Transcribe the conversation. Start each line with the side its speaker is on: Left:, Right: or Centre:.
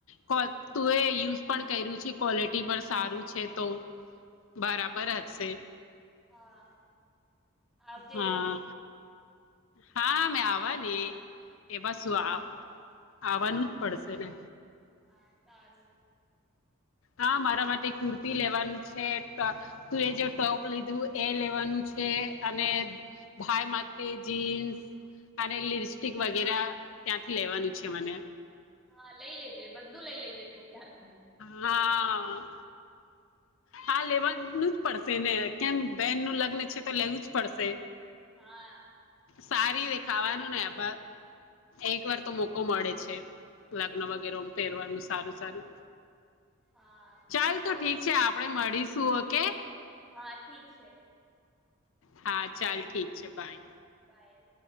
Left: કો તુંએ યુઝ પણ કર્યું છે ક્વોલિટી પણ સારું છે તો બરાબર હશે.
Centre: હા. આવજે
Left: હા. હા, મેં આવવાની એમાં શું આ આવાનું જ પડશે ને.
Centre: હા, સારું.
Left: હા, મારા માટે કુર્તી લેવાનું છે, ટ તુંએ જે ટોપ લીધું એ લેવાનું છે અને ભાઈ માટે જીન્સ અને લિપસ્ટિક વગેરે ત્યાંથી લેવાનું છે મને.
Centre: હા, લઈ લેજે બધું લઈ લેજે તું ત્યાંથી.
Left: હા. હા, લેવાનું જ પડશે ને કેમ બેહેન નું લગ્ન છે તો લેવું જ પડશે.
Centre: હા.
Left: સારી દેખાવાનું ને બ એક વાર તો મોકો મળે છે લગ્ન વગેરોમ પેરવાનું સારું સારું.
Centre: હા,
Left: ચાલ
Centre: બો
Left: તો ઠીક છે આપડે મળીશું ઓકે.
Centre: હા, ઠીક છે.
Left: હા, ચાલ ઠીક છે બાય.
Centre: બાય.